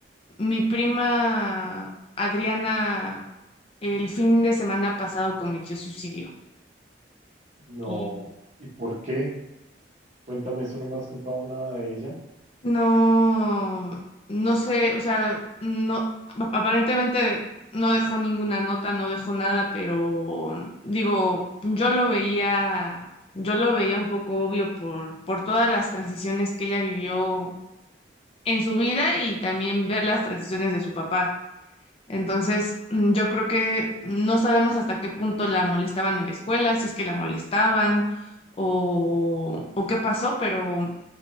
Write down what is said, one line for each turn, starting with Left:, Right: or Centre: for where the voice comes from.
Left: mi prima Adriana, el fin de semana pasado cometió suicidio.
Right: No,
Left: Y
Right: ¿y por qué? Cuéntame eso, no me has contado nada de ella.
Left: No, no sé, o sea, no, ap- aparentemente no dejó ninguna nota, no dejó nada, pero digo, yo lo veía, yo lo veía un poco obvio por, por todas las transiciones que ella vivió en su vida y también ver las transiciones de su papá. Entonces, mm, yo creo que no sabemos hasta qué punto la molestaban en la escuela, si es que la molestaban o, o qué pasó, pero,